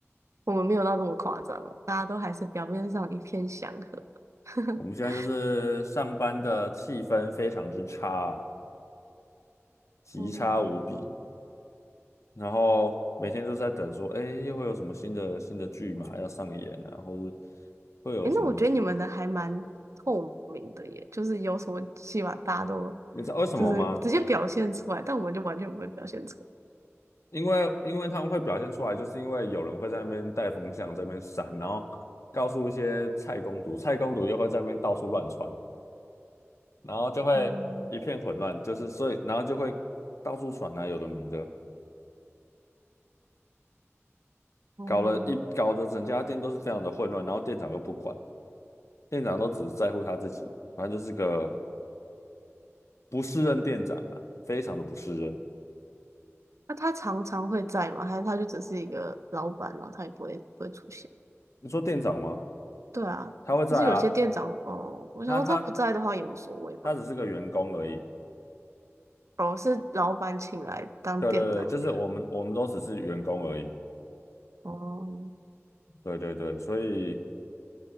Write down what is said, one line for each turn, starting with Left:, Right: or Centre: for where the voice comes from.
Right: 我们没有到这么夸张了，大家都还是表面上一片祥和。<laughs>
Left: 我们现在就是上班的气氛非常之差啊极差无比，
Right: 嗯，
Left: 然后每天都在等说，哎，又会有什么新的新的剧嘛要上演啊，或是会有什么，
Right: 诶，那我觉得你们的还蛮透明的耶，就是有什么戏码大家都
Left: 你知道为什么吗？
Right: 就是直接表现出来，但我们就完全不会表现出来。
Left: 因为因为他们会表现出来，就是因为有人会在那边带风向，在那边闪，然后告诉一些菜公主，菜公主又会在那边到处乱传，然后就会一片混乱，
Right: 嗯
Left: 就是所以然后就会到处传啊，有的没的，
Right: 嗯，
Left: 搞了一搞得整家店都是非常的混乱，然后店长又不管，店长都只在乎他自己，反正就是个不是任店长啊，非常的不是任。
Right: 那他常常会在吗？还是他就只是一个老板，然后他也不会不会出现？
Left: 你说店长吗？
Right: 对啊，
Left: 他会在啊，
Right: 可是有些店长哦，我想说他不在的话也无所谓吧。
Left: 他他他只是个员工而已。
Right: 哦，是老板请来当店长的员工。
Left: 对对对，就是我们我们都只是员工而已。
Right: 哦，
Left: 对对对，所以